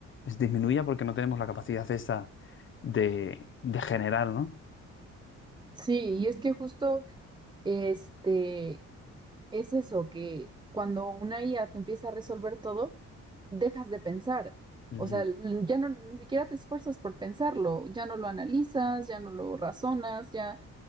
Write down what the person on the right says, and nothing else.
Sí, y es que justo, este, es eso, que cuando una IA te empieza a resolver todo, dejas de pensar.
O sea, l- ya no, ni siquiera te esfuerzas por pensarlo, ya no lo analizas, ya no lo razonas, ya